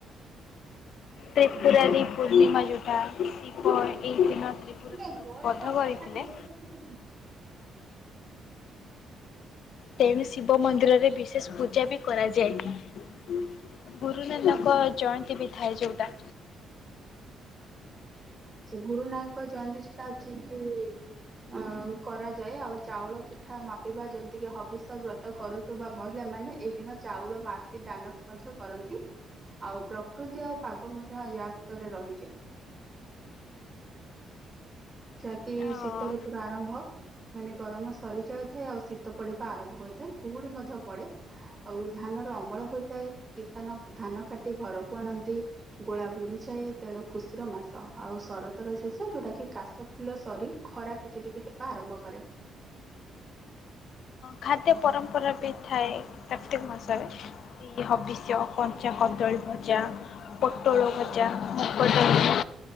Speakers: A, on the left (about 70°); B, on the right (about 25°).
A: ତ୍ରିପୁରାରୀ ପୂର୍ଣ୍ଣିମା ଯୋଉଟା, ଶିବ ଏଇ ଦିନ ତ୍ରିପୁରା
B: ଟିକେ
A: <unintelligible>
B: ଜୋରରେ
A: ବଧ
B: କହ
A: କରିଥିଲେ।
B: କଥା କ୍ଲିୟର କିଛି ଶୁଭୁନି।
A: ତେଣୁ, ଶିବ ମନ୍ଦିରରେ ବିଶେଷ୍ ପୂଜା ବି କରାଯାଏ। ଗୁରୁନାନକ ଜଏନ୍ତୀ ବି ଥାଏ ଯୋଉଟା।
B: ଆଛା, ଗୁରୁ ନାୟକ ଜଏନ୍ତୀ ଛଡା ଅଛି କି ଅଁ, କରାଯାଏ। ଆଉ ଚାଉଳ ପିଠା ମାପିବା ଯେମତିକି ହବିଷ୍ୟ ବ୍ରତ କରୁ ତୁବା ମହିଳା ମାନେ, ଏଇ ଦିନ ଚାଉଳ ମାପି ଦାନ ମଧ୍ୟ କରନ୍ତି। ଆଉ ପ୍ରକୃତି ଆଉ ପାଗ ମନ୍ୟ ୟା ଭିତରେ ରହିଚି। ଯାକି
A: ହଁ
B: ଶୀତ ଋତୁର ଆରମ୍ଭ। ମାନେ ଗରମ ସରିଯାଉଥାଏ, ଆଉ ଶୀତ ପଡିବା ଆରମ୍ଭ ହୋଇଥାଏ, କୁହୁଡି ମଧ୍ୟ ପଡେ। ଆଉ ଧାନ ର ଅମଳ ହୋଇଥାଏ, କିଷାନ ଧାନ କାଟି ଘରକୁ ଆଣନ୍ତି। ଗୋଳା ଭୁରିଯାଏ। ତେଣୁ, ଖୁସିର ମାସ, ଆଉ ଶରତର ଶେଷ, ଯୋଉଟା କି କାଶ୍ ପପୁଲ ସରି, ଖରା ଟିକେ ଟିକେ ହେବା ଆରମ୍ଭ କରେ।
A: ଖାଦ୍ୟ ପରମ୍ପରା ବି ଥାଏ, କାର୍ତିକ ମାସରେ। ଯେମିତି ହବିଷ୍ୟ, କଞ୍ଚା କଦଳୀ ଭଜା, ପୋଟ୍ ଟୋଳୋ ଭଜା, ମୁଗଡାଲି,